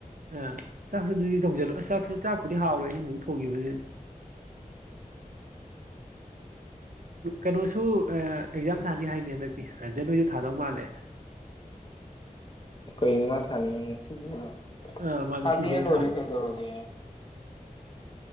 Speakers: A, on the right; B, on the left.
A: ꯑ ꯆꯥꯛꯁꯨ ꯑꯗꯨꯗꯤ ꯊꯣꯡꯖꯜꯂꯣ ꯆꯥꯛꯁꯨ ꯆꯥꯛꯄꯨꯗꯤ ꯍꯥꯎꯔꯣꯏ ꯏꯅꯦ ꯑꯃꯨꯛ ꯊꯣꯡꯈꯤꯕꯅꯤ꯫ ꯀꯩꯅꯣꯁꯨ ꯑꯦꯛꯖꯥꯝ ꯊꯥꯅꯤ ꯍꯥꯏꯅꯤ ꯍꯟꯗꯛꯇꯤ ꯔꯖꯟꯣꯏꯗ ꯊꯥꯗꯧ ꯃꯥꯜꯂꯦ꯫
B: ꯀꯩꯅꯣ ꯃꯥ ꯊꯥꯅꯤꯡꯉꯤꯅꯦ ꯁꯤꯁꯤꯗꯂꯥꯛꯑꯣ
A: ꯑꯥ ꯃꯥꯁꯨ
B: ꯊꯥꯗꯦ
A: ꯁꯤꯖꯦꯜ
B: ꯂꯣꯏꯔꯦ
A: ꯊꯥ
B: ꯀꯩꯗꯧꯔꯒꯦ꯫